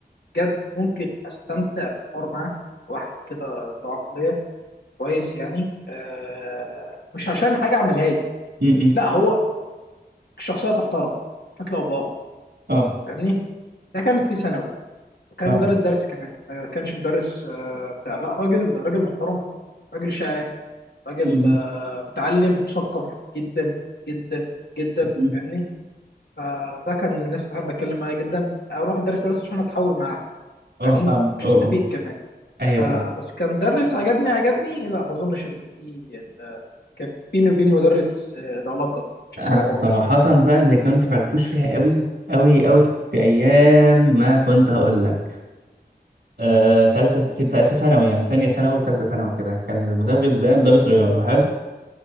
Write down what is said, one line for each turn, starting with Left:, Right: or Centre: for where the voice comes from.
Left: جد ممكن استمتع بالحوار معاه واحد كده ذو عقليه كويس يعني آه مش عشان حاجه عملها لي
Right: م- م.
Left: لا هو شخصيه تحترم بشكل او باخر
Right: اه
Left: فاهمني ده كان في ثانوي وكان
Right: فاهم
Left: مدرس درس كمان ما كانش مدرس آه، بتاع لا راجل راجل محترم راجل شاعر راجل
Right: م-
Left: آه، متعلم مثقف جدا جدا جدا
Right: م.
Left: فاهمني فده كان من الناس اللي بحب اتكلم معاه جدا اروح الدرس بس عشان اتحاور معاه
Right: اه
Left: فاهمني
Right: فاهمك
Left: مش
Right: اه
Left: استفيد
Right: اه
Left: كمان
Right: ايوه
Left: فبس
Right: فاهم
Left: كمدرس عجبني عجبني لا ما اظنش ان في كان بيني وبين مدرس آه، العلاقه دي بشكل
Right: انا
Left: او باخر
Right: صراحة
Left: يعني
Right: بقى اللي كنت فرفوش فيها قوي قوي قوي في ايام ما كنت هقول لك آه تالتة في تا- في ثانوي يعني في تانية ثانوي وتالتة ثانوي كده كان المدرس ده مدرس رياضة حلو